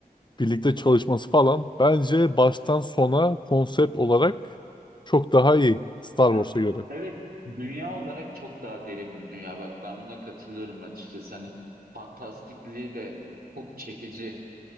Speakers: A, on the left (about 30°); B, on the right (about 75°).
A: birlikte çalışması falan bence baştan sona konsept olarak çok daha iyi Star
B: Ya,
A: Wars'a göre.
B: evet, dünya olarak çok daha derin bir dünya. Bak ben buna katılıyorum açıkçası. Hani fantastikliği de çok çekici.